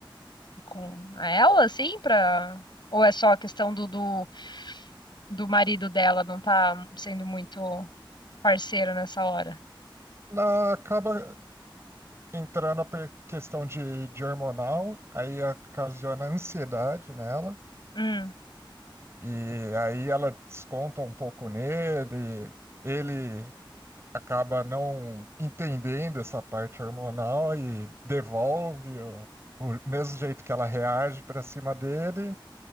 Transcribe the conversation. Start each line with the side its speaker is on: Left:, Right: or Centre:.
Left: com ela, assim, pra... Ou é só a questão do, do, do marido dela não tá sendo muito parceiro nessa hora?
Right: Na, acaba entrando a per- questão de, de hormonal, aí ocasiona ansiedade nela.
Left: Hum.
Right: E aí ela desconta um pouco nele. Ele acaba não entendendo essa parte hormonal e devolve o, o mesmo jeito que ela reage para cima dele.